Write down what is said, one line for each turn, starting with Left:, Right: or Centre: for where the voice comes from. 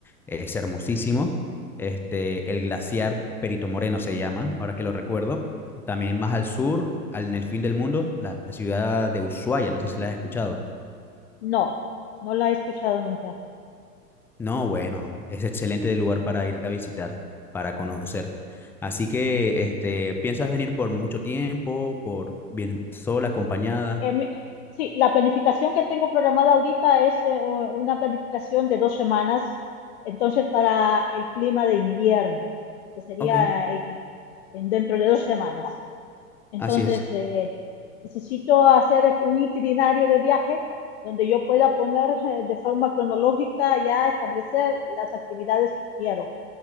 Centre: Es hermosísimo. Este, el glaciar Perito Moreno se llama, ahora que lo recuerdo. También más al sur, al, en el fin del mundo, la ciudad de Ushuaia, no sé si la has escuchado.
Left: No, no la he escuchado nunca.
Centre: No, bueno, es excelente lugar para ir a visitar, para conocer. Así que, este, ¿piensas venir por mucho tiempo, por bien sola, acompañada?
Left: em, sí, la planificación que tengo programada ahorita es eh, una planificación de dos semanas, entonces para el clima de invierno, que sería
Centre: Ok,
Left: en- en dentro de dos semanas. Entonces,
Centre: así es.
Left: eh, necesito hacer un itinerario de viaje donde yo pueda poner eh, de forma cronológica ya establecer las actividades que quiero.